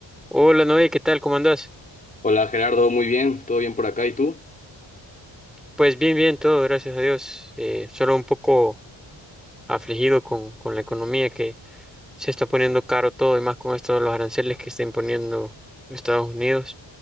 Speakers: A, in the centre; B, on the left.
A: Hola Noé, ¿qué tal? ¿Cómo andás?
B: Hola Gerardo, muy bien, todo bien por acá, ¿y tú?
A: Pues bien, bien, todo, gracias a Dios. Eh, solo un poco afligido con, con la economía que se está poniendo caro todo y más con esto de los aranceles que está imponiendo Estados Unidos.